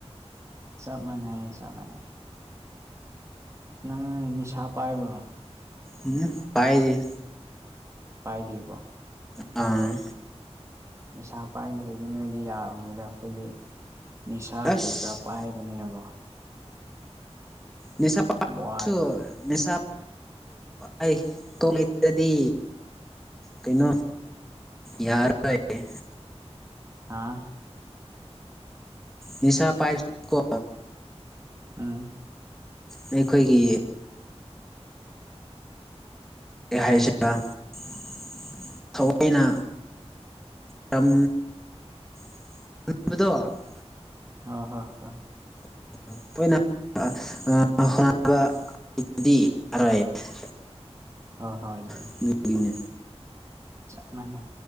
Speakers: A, on the right; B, in the centre.
A: ꯆꯞ ꯃꯥꯟꯅꯩ ꯆꯞ ꯃꯥꯟꯅꯩ ꯅꯪ ꯅꯤꯁꯥ ꯄꯥꯏꯕ꯭ꯔꯣ
B: ꯎꯝ ꯄꯥꯏꯗꯦ
A: ꯄꯥꯏꯗꯀꯣ
B: ꯑꯥ
A: ꯅꯤꯁꯥ ꯄꯥꯏꯗ꯭ꯔꯗꯤ ꯅꯣꯏꯗꯤ ꯌꯥꯔꯝꯅꯤꯗ ꯑꯩꯈꯣꯏꯗꯤ ꯅꯤꯁꯥ
B: ꯑꯁ
A: ꯀꯔꯤ ꯀꯔꯥ ꯄꯥꯏꯕꯅꯤꯅꯕꯣ
B: ꯅꯤꯁꯥ ꯄꯁꯨ
A: ꯋꯥꯔꯦ
B: ꯅꯤꯁꯥ ꯑꯩ ꯇꯣꯜꯂꯤꯗꯗꯤ ꯀꯩꯅꯣ ꯌꯥꯔꯔꯣꯏ
A: ꯍꯥꯥ
B: ꯅꯁꯥ ꯄꯥꯏ ꯀꯣ
A: ꯎꯝ
B: ꯑꯩꯈꯣꯏꯒꯤ <unintelligible> ꯊꯋꯥꯏꯅꯥ ꯇꯝ <unintelligible>
A: ꯍ ꯍꯣꯏ ꯍꯣꯏ
B: <unintelligible>
A: <unintelligible>
B: ꯑꯗꯨꯒꯤꯅꯤ
A: ꯆꯞ ꯃꯥꯟꯅꯩ